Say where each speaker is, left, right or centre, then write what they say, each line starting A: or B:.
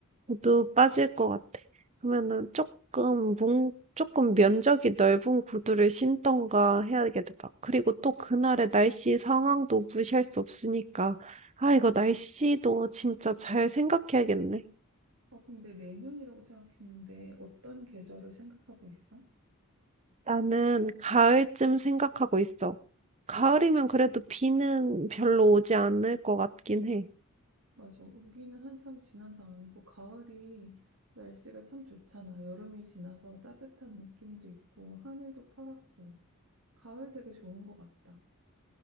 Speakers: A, on the right (about 30°); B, on the right (about 75°).
A: 구두 빠질 것 같아. 그러면은 조금 뭉, 조금 면적이 넓은 구두를 신던가 해야겠다. 그리고 또 그날의 날씨 상황도 무시할 수 없으니까. 아, 이거 날씨도 진짜 잘 생각해야겠네.
B: 어, 근데 내년이라고 생각했는데 어떤 계절을 생각하고 있어?
A: 나는 가을쯤 생각하고 있어. 가을이면 그래도 비는 별로 오지 않을 것 같긴 해.
B: 맞아. 우기는 한참 지난 다음이고 가을이 날씨가 참 좋잖아. 여름이 지나서 따뜻한 느낌도 있고 하늘도 파랗고 가을 되게 좋은 것 같다.